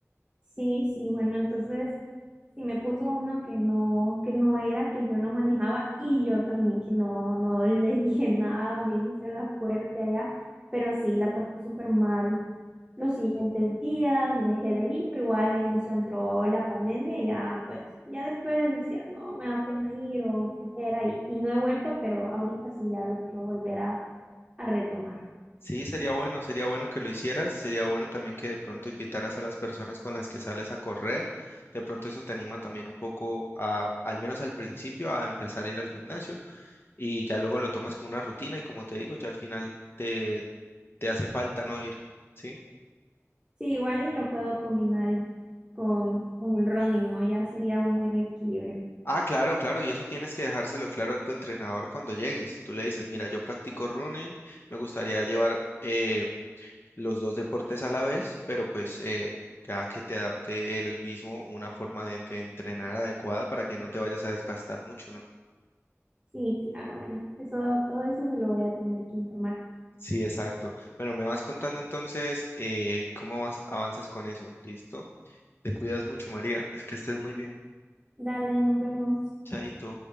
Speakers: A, on the right; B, on the left.
A: Sí, sí, bueno, entonces si me puso uno que no, que no era, que yo no manejaba y yo también que no, no <laughs> le dije nada, me hice la fuerte allá, pero sí, la pasé súper mal. Los siguientes días dejé de ir, pero igual en eso entró la pandemia y ya pues, ya después decía, no, me da pena ir o flojera y, y no he vuelto, pero ahorita sí ya lo quiero volver a, a retomar.
B: Sí, sería bueno, sería bueno que lo hicieras, sería bueno también que de pronto invitaras a las personas con las que sales a correr, de pronto eso te anima también un poco a, al menos al principio, a empezar a ir al gimnasio y ya luego lo tomas como una rutina y como te digo, ya al final te, te hace falta no ir, ¿sí?
A: Sí, igual y lo puedo combinar con, con el running, ¿no? Ya sería un buen equilibrio.
B: Ah, claro, claro, y eso tienes que dejárselo claro a tu entrenador cuando llegues. Tú le dices, mira, yo practico running, me gustaría llevar... eh, los dos deportes a la vez, pero pues eh, ya que te adapte él el mismo una forma de, de entrenar adecuada para que no te vayas a desgastar mucho, ¿no?
A: Sí, claro, bueno, eso, todo eso se lo voy a tener que informar.
B: Sí, exacto. Bueno, me vas contando entonces eh, cómo vas, avanzas con eso, ¿listo? Te cuidas mucho, María. Es que estés muy bien.
A: Dale, nos vemos.
B: Chaito.